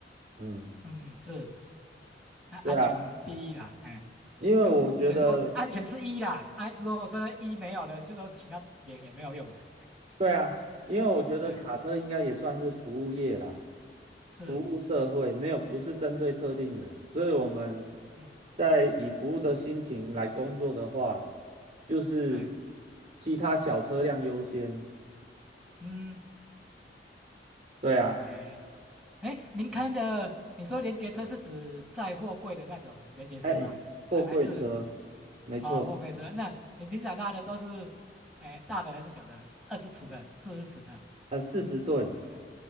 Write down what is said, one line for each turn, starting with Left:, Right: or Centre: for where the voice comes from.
Right: 嗯，
Centre: 嗯，是，那安全第一啦，
Right: 对啊。
Centre: 哎，
Right: 因为我觉得，
Centre: 嗯，等于说安全是一啦，安，如果这个一没有了，就说其他点也没有用了，
Right: 对啊，因为我觉得卡车应该也算是服务业啦，
Centre: 哎，是，
Right: 服务社会，没有，不是针对特定人，所以我们
Centre: 嗯，
Right: 在以服务的心情来工作的话，就是
Centre: 对，
Right: 其他小车辆优先。
Centre: 嗯
Right: 对啊，
Centre: ，OK。哎，您开的，你说连接车是指载货柜的那种连接车吗？
Right: 哎，
Centre: 还还是
Right: 货柜车，没错，
Centre: 啊、货柜车？那你平常拉的都是，哎，大的还是小的？二十尺的、四十尺的？
Right: 呃，四十吨，
Centre: 哎，